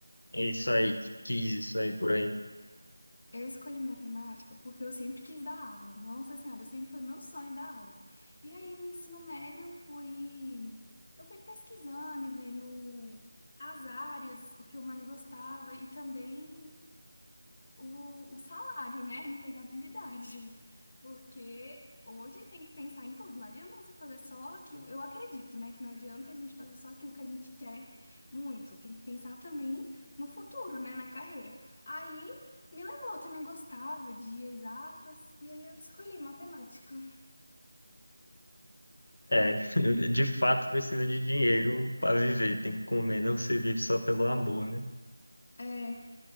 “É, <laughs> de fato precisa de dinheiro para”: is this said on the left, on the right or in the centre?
Left